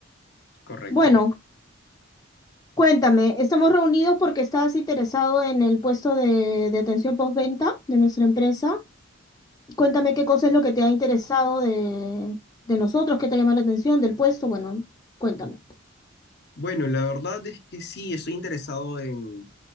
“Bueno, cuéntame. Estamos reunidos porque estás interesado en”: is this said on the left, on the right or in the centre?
Left